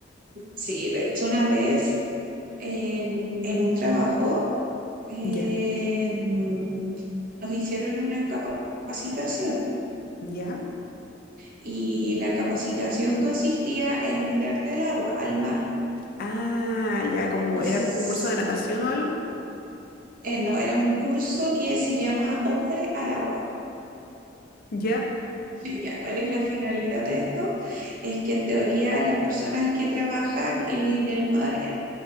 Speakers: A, on the right (about 45°); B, on the left (about 50°).
A: sí, de hecho una vez en, en un trabajo eh,
B: Ya,
A: mm, nos hicieron una capacitación. <clears throat>
B: ya.
A: Y la capacitación consistía en tirarte al agua, al mar.
B: Ah, ya, como
A: Cons-
B: era como un curso de natación o algo.
A: eh, no, era un curso que se llama Hombre al agua.
B: Ya,
A: Ya, ¿cuál es la finalidad de esto? Es que en teoría las personas que trabajan en el mar eh,